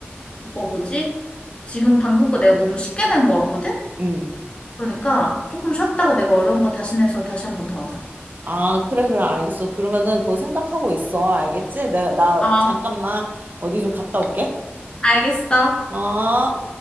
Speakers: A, on the left; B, on the right.
A: 이거 뭐지? 지금 방금 거 내가 너무 쉽게 낸 것 같거든?
B: 응.
A: 그러니까, 조금 쉬었다가 내가 어려운 거 다시 내서 다시 한 번 더 하자.
B: 아, 그래, 그래, 알겠어. 그러면은 그거 생각하고 있어. 알겠지? 내가, 나
A: 어,
B: 잠깐만 어디 좀 갔다 올게.
A: 알겠어.
B: 어.